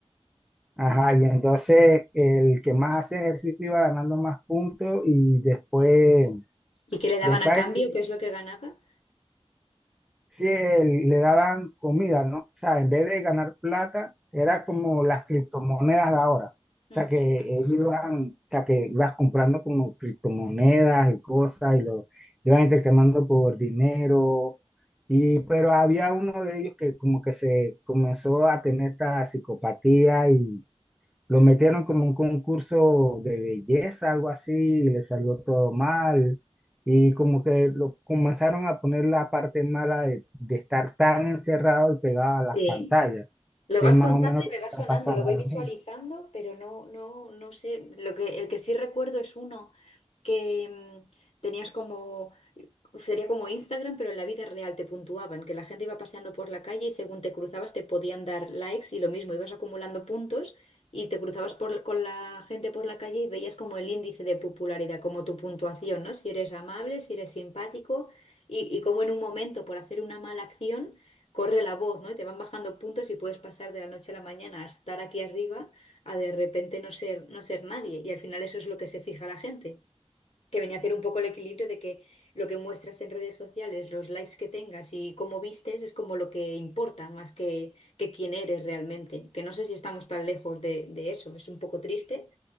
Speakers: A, in the centre; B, on the left.
A: Ajá, y entonces el que más hace ejercicio iba ganando más puntos y después,
B: ¿Y qué le daban
A: después
B: a cambio?
A: sí,
B: ¿Qué es lo que ganaba?
A: sí, el- le daban comida, ¿no? O sea, en vez de ganar plata, era
B: Sí.
A: como las criptomonedas de ahora. O
B: Ujú.
A: sea, que ellos iban, o sea, que ibas comprando como criptomonedas y cosas y lo iban intercambiando por dinero. Y, pero había uno de ellos que como que se comenzó a tener esta psicopatía y lo metieron como un concurso de belleza, algo así, y le salió todo mal. Y como que lo comenzaron a poner la parte mala de, de estar tan encerrado y pegado a las
B: Sí.
A: pantallas,
B: Lo
A: que
B: vas
A: es más
B: contando
A: o menos
B: y
A: lo
B: me
A: que
B: va
A: está
B: sonando,
A: pasando
B: lo voy
A: ahora
B: visualizando,
A: mismo.
B: pero no, no, no sé. Lo que, el que sí recuerdo es uno que mm, tenías como sería como Instagram, pero en la vida real te puntuaban, que la gente iba paseando por la calle y según te cruzabas te podían dar likes y lo mismo, ibas acumulando puntos y te cruzabas por- con la gente por la calle y veías como el índice de popularidad, como tu puntuación, ¿no? Si eres amable, si eres simpático y, y como en un momento por hacer una mala acción corre la voz, ¿no? Y te van bajando puntos y puedes pasar de la noche a la mañana a estar aquí arriba a de repente no ser, no ser nadie y al final eso es lo que se fija la gente que venía a hacer un poco el equilibrio de que lo que muestras en redes sociales, los likes que tengas y cómo vistes es como lo que importa más que, que quién eres realmente. Que no sé si estamos tan lejos de, de eso. Es un poco triste,